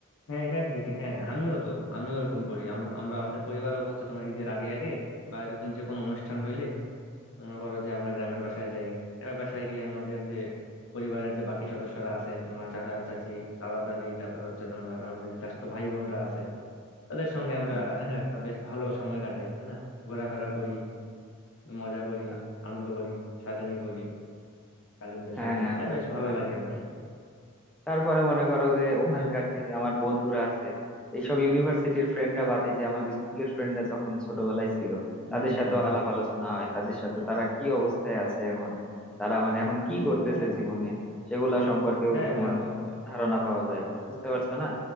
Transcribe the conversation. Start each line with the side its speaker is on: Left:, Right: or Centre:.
Left: হ্যাঁ এটা ঠিক হ্যাঁ আমিও তো আমিও এরকম করি আম- আমরা আমাদের পরিবারও হচ্ছে তোমার ঈদের আগে আগে বা এরকম যে কোনো অনুষ্ঠান হইলে মনে করো যে আমরা গ্রামের বাসায় যাই গ্রামের বাসায় গিয়ে আমাদের যে পরিবারের যে বাকি সদস্যরা আছে তোমার চাচা চাচি দাদা দাদি তারপরে হচ্ছে তোমার আমাদের যে চাচাতো ভাই বোনরা আছে তাদের সঙ্গে আমরা
Centre: হ্যাঁ
Left: হ্যাঁ একটা বেশ ভালো সময় কাটাই তাই না ঘোরাফেরা করি মজা করি
Centre: তা-
Left: আনন্দ করি শয়তানি করি কাজিনদের
Centre: হ্যাঁ
Left: সাথে এটা
Centre: বুঝতে
Left: বেশ ভালো
Centre: পারছি
Left: লাগে আর কি
Centre: তারপরে মনে করো যে ওখানকার
Left: আহ,
Centre: যে আমার বন্ধুরা আছে এইসব ইউনিভার্সিটির ফ্রেন্ডরা বাদে যে আমার স্কুলের ফ্রেন্ডরা যখন ছোটবেলায় ছিল
Left: হুম
Centre: তাদের সাথে আলাপ আলোচনা হয় তাদের সাথে তারা কি অবস্থায় আছে এখন তারা মানে এখন কি করতেছে
Left: হ্যাঁ
Centre: জীবনে সেগুলা সম্পর্কেও
Left: হ্যাঁ
Centre: তোমার
Left: দেখো
Centre: আহ, ধারণা পাওয়া যায় বুঝতে পারছো না